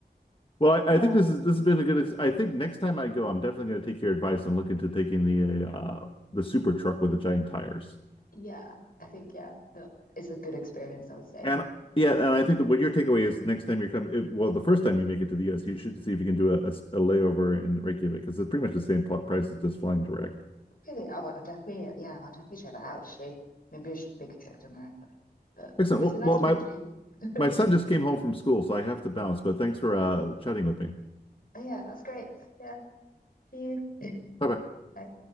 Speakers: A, on the left; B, on the left.
A: Well, I,
B: Yeah.
A: I think this is this has been a good. ex- I think next time I go, I'm definitely going to take your advice and look into taking the uh, the super truck with the giant tires.
B: Yeah. I think yeah, that is a good experience, I would say.
A: And yeah, and I think that what your takeaway is next time you're coming, well, the first time you make it to the US, you should see if you can do a, a, a layover in Reykjavik because it's pretty much the same pl- price as just flying direct.
B: Really, I'll, I'll definitely, yeah, I'll definitely check that out actually. Maybe I should make a trip to America. But
A: Excellent.
B: it's
A: Well,
B: been nice
A: well,
B: talking
A: my
B: to you. <laughs>
A: my son just came home from school, so I have to bounce. But thanks for uh, chatting with me.
B: Oh, yeah, that's great. Yeah, see you.
A: Bye bye.
B: Bye.